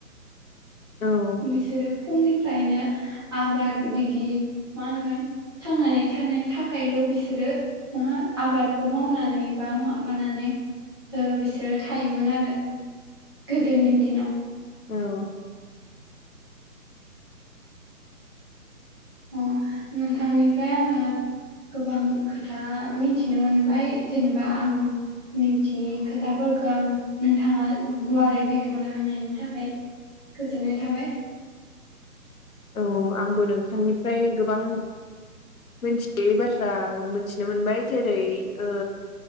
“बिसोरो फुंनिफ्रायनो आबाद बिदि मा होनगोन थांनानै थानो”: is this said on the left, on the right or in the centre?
Right